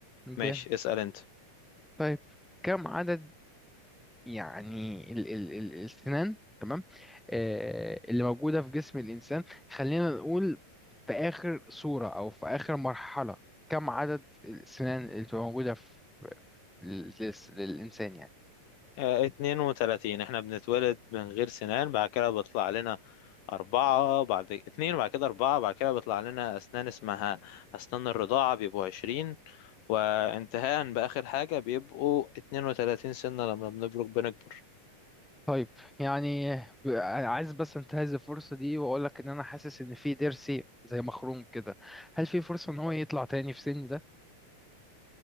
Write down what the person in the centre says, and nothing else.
جامد
طيب كم عدد يعني ال ال ال السنان تمام آه اللي موجودة في جسم الإنسان خلينا نقول في آخر صورة أو في آخر مرحلة كم عدد السنان اللي بتبقى موجودة في في- للس- للإنسان يعني
طيب يعني ب- عايز بس انتهز الفرصة دي وأقول لك إن أنا حاسس إن في ضرسي زي مخروم كده هل في فرصة إن هو يطلع تاني في سني ده؟